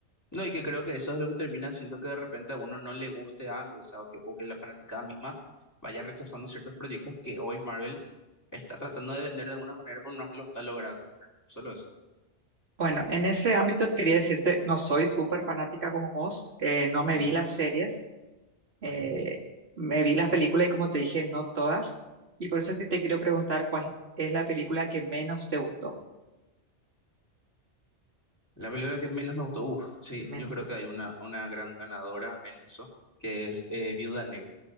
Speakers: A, on the left; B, on the right.
A: No, y que creo que eso es lo que termina haciendo que de repente a uno no le guste algo, o sea, o que, o que la fanaticada misma vaya rechazando ciertos proyectos que hoy Marvel está tratando de vender de alguna manera, pero no lo está logrando. ¿verdad? Solo eso.
B: Bueno, en ese ámbito quería decirte, no soy súper fanática como vos, eh, no me
A: Mm,
B: vi las series, eh,
A: ujú.
B: me vi las películas y como te dije, no todas, y por eso es que te quiero preguntar cuál es la película que menos te gustó,
A: La película que menos me gustó, uff, sí,
B: menos
A: yo creo
B: te gustó.
A: que hay una, una gran ganadora en eso, que es eh, Viuda Negra.